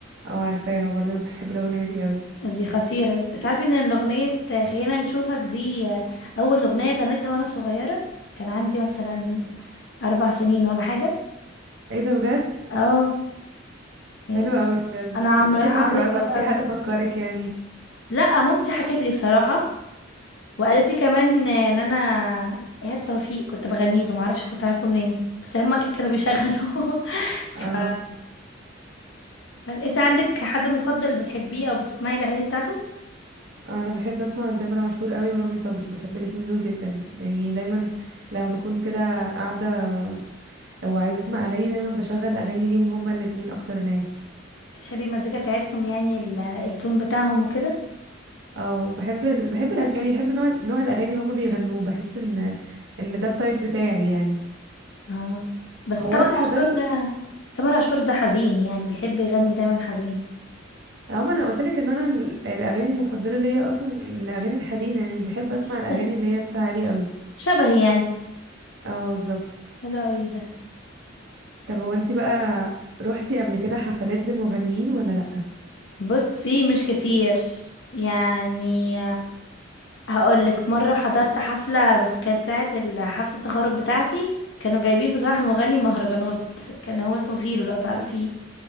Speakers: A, on the right; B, on the left.
A: اه عارفاها برضه أنا بحب الاغنيه دي قوي
B: دي خطيرة تعرفي ان الأغنية آه، خلينا نشوفك دي آه، أول أغنية غنيتها وأنا صغيرة كان عندي مثلا أربع سنين ولا حاجة
A: ايه ده بجد
B: اه يعني
A: حلو قوي بجد
B: أنا عمرو
A: ازاي
B: عمرو
A: فاكره
B: دياب
A: ولا في
B: قوي
A: حد فكرك يعني
B: لا مامتي حكت لي بصراحة وقالت لي كمان آه، ان انا إيهاب توفيق كنت بغني له معرفش كنت عارفه منين بس هما اكيد كانوا بيشغلوا <laughs> ف
A: اه
B: بس انت عندك حد مفضل بتحبيه او بتسمعي الاغاني بتاعته
A: انا بحب اسمع تامر عاشور قوي ورامي صبري بحب الاتنين دول جدا يعني دايما لما بكون كده قاعده وعايزه اسمع اغاني دايما بشغل اغاني ليهم هما الاتنين اكتر ناس
B: بتحبي المزيكا بتاعتهم يعني ال- التون بتاعهم وكده
A: اه بحب ال... بحب الاغاني بحب نوع نوع الاغاني اللي هما بيغنوه بحس ان ان ده التايب بتاعي يعني
B: اه بس
A: هو
B: تامر
A: انت حضرتي
B: عاشور ده تامر عاشور ده حزين يعني بيحب يغني دايما حزين
A: اه ما انا قلت لك ان انا ال- الاغاني المفضله ليا اصلا الاغاني الحزينه يعني مش بحب اسمع
B: شبهي
A: الاغاني اللي هي صوتها عالي قوي
B: شبهي يعني
A: اه بالظبط
B: حلو قوي ده
A: طب هو انتي بقى روحتي قبل كده حفلات لمغنيين ولا لأ؟
B: بصي مش كتير يعني هقول لك مره حضرت حفله بس كانت ساعه ال- حفله التخرج بتاعتي كانوا جايبين بصراحه مغني مهرجانات كان هو اسمه فيلو لو تعرفيه